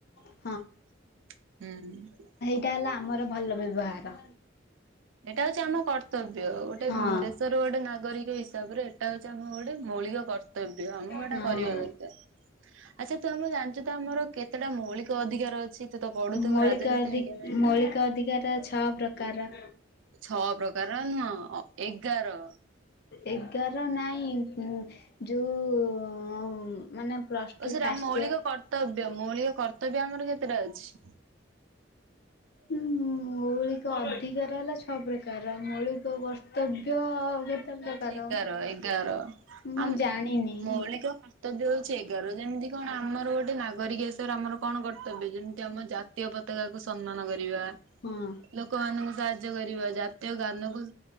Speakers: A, on the left; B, on the right.
A: ହଁ।
B: ହୁଁ।
A: ଏଇଟା ହେଲା ଆମର ଭଲ ବ୍ୟବହାର।
B: ଏଇଟା ହଉଛି ଆମ କର୍ତ୍ତବ୍ୟ, ଗୋଟେ
A: ହଁ
B: ଦେଶର ଗୋଟେ ନାଗରିକ ହିସାବରେ ସେଇଟା ହଉଛି ଆମ ଗୋଟେ ମୌଳିକ କର୍ତ୍ତବ୍ୟ, ଆମକୁ ହେଟା
A: ହଁ।
B: କରିବା ଦରକାର। ଆଚ୍ଛା ତୁ ଆମଁ ଜାଣିଛୁ ତ ଆମର କେତେଟା ମୌଳିକ ଅଧିକାର ଅଛି? ତୁ ତ ପଢୁଥୁ
A: ମୌଳିକ
B: ରାଜନୀତି
A: ଅଧି
B: ବିଜ୍ଞାନ
A: ମୌଳିକ ଅଧିକାର ଅ <unintelligible> ସ ପ୍ରକାର।
B: ଛଅ ପ୍ରକାର ନୁହ ଏଗାର।
A: ଏଗାର ନାଇଁ ଯୋଉ ମାନେ ପ୍ଲସ୍ ଟୁ
B: ଓ ସେଟା
A: ଫାଷ୍ଟ
B: ମୌଳିକ କର୍ତ୍ତବ୍ୟ ମୌଳିକ କର୍ତ୍ତବ୍ୟ ଆମର କେତେଟା ଅଛି?
A: ହୁଁ ମୌଳିକ ଅଧିକାର ହେଲା ଛ ପ୍ରକାର ମୌଳିକ ବ କର୍ତ୍ତବ୍ୟ କେତେ ପ୍ରକାର
B: ହଉଛି ଏଗାର ଏଗାର
A: ମୁଁ
B: ଆମ
A: ଜାଣିନି।
B: ମୌଳିକ ସତ ହଉଛି ଏଗାର, ଯେମିତି କଣ ଆମର ଗୋଟେ ନାଗରିକ ଆମର କଣ କର୍ତ୍ତବ୍ୟ ଯେମତି ଆମ ଜାତୀୟ ପତାକାକୁ ସମ୍ମାନ କରିବା।
A: ହଁ।
B: ଲୋକମାନାନଙ୍କୁ ସାହାଯ୍ୟ କରିବା ଜାତୀୟ ଜ୍ଞାନ କୁ